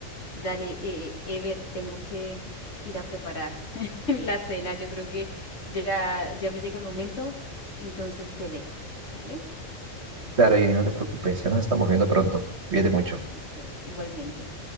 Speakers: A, on the left; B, on the right.
A: Dale, eh, Ever, tengo que ir a preparar <laughs> la cena. Yo creo que ya, ya me llega el momento, entonces te dejo, ¿vale?
B: Claro, y no te preocupes, ya nos estamos viendo pronto. Cuídate mucho.
A: Listo, igualmente.